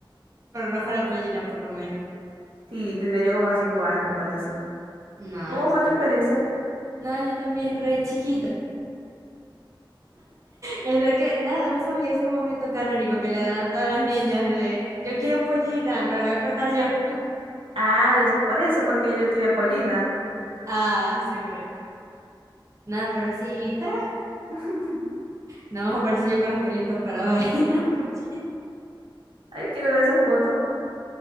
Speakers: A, on the right; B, on the right.
A: Pero no fue la pollina, por lo menos.
B: Sí, tendría yo como cinco años o algo así.
A: No,
B: ¿Cómo
A: yo
B: fue
A: también.
B: tu experiencia?
A: súper- No, yo también, re chiquita. Es de que, nada, vos sabés ese momento canónico que le dan a todas las niñas de, yo quiero pollina, me la voy a cortar yo.
B: Ah, debe ser por eso, porque yo, yo tenía pollina.
A: Ah, seguro. Nada, pero sí, y tras,
B: <laughs>
A: no <laughs> más aparecí yo con los pelitos parados ahí en la mochila.
B: Ay, quiero ver esa foto.